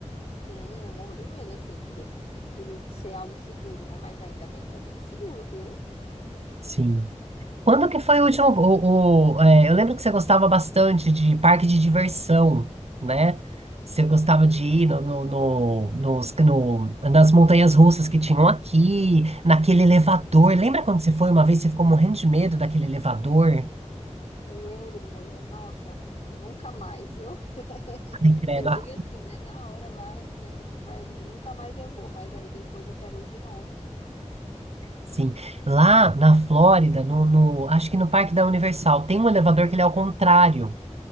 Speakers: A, on the left; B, on the right.
A: Sim, eu morro de medo, assim, tipo, de não ser algo seguro, né? Mas ainda bem que é bem seguro, viu?
B: Sim. Quando que foi o último? O, o- é, eu lembro que você gostava bastante de parque de diversão, né? Você gostava de ir no, no, no- nos, no- nas montanhas russas que tinham aqui, naquele elevador. Lembra quando você foi uma vez, você ficou morrendo de medo daquele elevador?
A: Eu lembro, mulher, nossa, nunca mais, viu? <laughs>
B: Ai, credo.
A: Eu
B: ah,
A: digo assim, né? Na hora lá que a gente vai, eu digo, nunca mais eu vou, mas aí depois eu quero ir de novo.
B: Sim. Lá na Flórida, no, no- acho que no Parque da Universal, tem um elevador que ele é ao contrário.